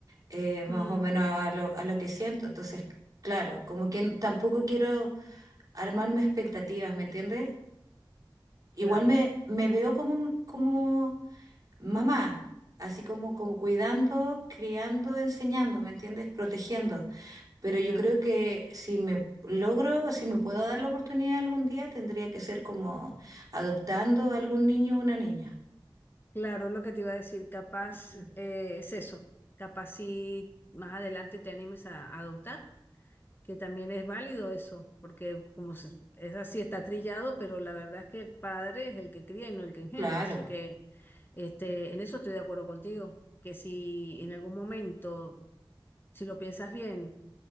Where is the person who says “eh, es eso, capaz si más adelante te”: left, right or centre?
Left